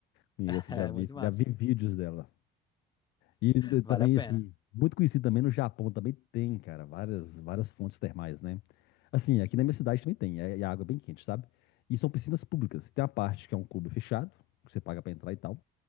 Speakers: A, on the left; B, on the left.
A: Conheço,
B: <laughs> É
A: já vi,
B: muito massa,
A: já vi vídeos dela. E eh, também,
B: vale a pena.
A: assim, muito conhecido também no Japão, também tem, cara, várias, várias fontes termais, né? Assim, aqui na minha cidade também tem, é, é água é bem quente, sabe? E são piscinas públicas. Tem uma parte que é um clube fechado, que você paga pra entrar e tal.